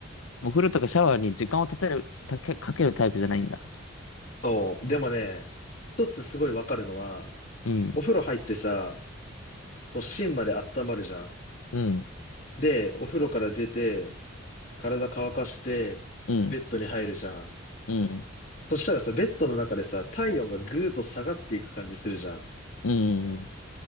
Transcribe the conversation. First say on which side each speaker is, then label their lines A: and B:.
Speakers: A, on the left; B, on the left.
A: お風呂とかシャワーに時間を立てる、たけ、かけるタイプじゃないんだ。
B: そう。でもね、一つすごいわかるのは、
A: うん、
B: お風呂入ってさ、こう芯まで温まるじゃん。
A: うん、
B: で、お風呂から出て、体乾かして、
A: うん、
B: ベッドに入るじゃん。
A: うん、
B: そしたらさ、ベッドの中でさ、体温がぐーっと下がっていく感じするじゃん。
A: うん。